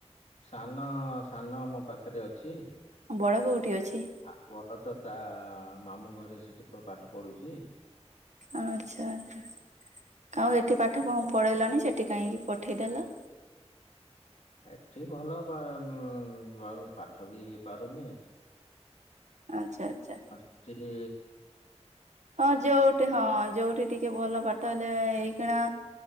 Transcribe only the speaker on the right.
ବଡ କୋଉଠି ଅଛି?
ଆଚ୍ଛା ଆଚ୍ଛା ଆଉ ଏଠି ପାଠ କଣ ପଢେଇଲଣିି ସେଠି କାହିଁକି ପଠେଇଦେଲ?
ଆଚ୍ଛା ଆଚ୍ଛା।
ହଁ ଯୋଉଠି ହଁ ଯୋଉଠି ଟିକେ ଭଲ ପାଠ ହେଲେ ଏଇଖିଣା